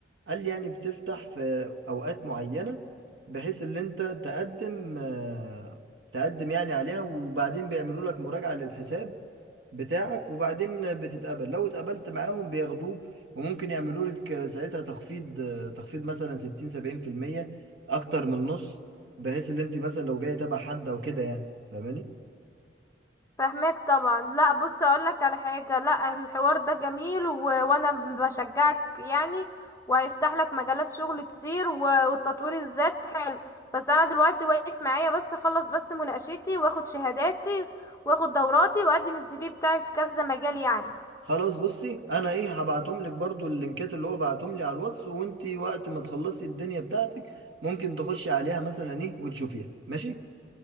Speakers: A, on the right; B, on the left.
A: قال لي يعني بتفتح في اوقات معينة بحيث ان انت تقدم آه، تقدم يعني عليها وبعدين بيعملوا لك مراجعة للحساب بتاعك وبعدين بتتقبل لو اتقبلت معاهم بياخدوك وممكن يعملوا لك ساعتها تخفيض تخفيض مثلا 60 70% اكتر من النص بحيث ان انت مثلا لو جاي تبع حد او كده يعني فاهماني
B: فهماك طبعا لا بص اقولك على حاجة لا الحوار ده جميل و... وانا بشجعك يعني وهيفتح لك مجالات شغل كتير و... والتطوير الذات حلو بس انا دلوقتي واقف معايا بس اخلص بس مناقشتي واخد شهاداتي واخد دوراتي واقدم السي في بتاعي في كذا مجال يعني
A: خلاص بصي انا ايه هبعتهم لك برضو اللينكات اللي هو بعتهم لي على الواتس وانت وقت ما تخلصي الدنيا بتاعتك ممكن تخشي عليها مثلا ايه وتشوفيها ماشي